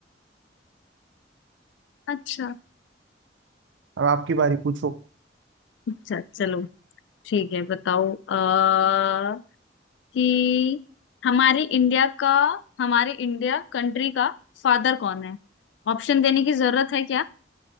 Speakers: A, on the left (about 75°); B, on the right (about 85°).
A: अच्छा
B: अब आपकी बारी पूछो
A: अच्छा चलो ठीक है बताओ आ, कि हमारे इंडिया का हमारे इंडिया कंट्री का फादर कौन है ऑप्शन देने की जरूरत है क्या